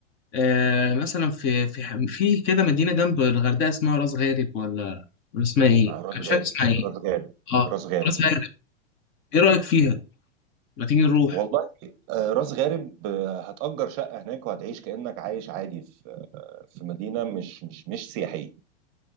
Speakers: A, on the left; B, on the right.
A: آه مثلا في في في كده مدينة جنب الغردقة اسمها راس غارب ولا ولا اسمها إيه؟
B: مع راس
A: أنا
B: غارب
A: مش فاكر اسمها إيه؟
B: راس غارب
A: أه
B: راس غارب
A: راس غارب إيه رأيك فيها؟ ما تيجي نروح
B: والله آه، راس غارب آه، هتأجر شقة هناك وهتعيش كأنك عايش عادي في في مدينة مش مش مش سياحية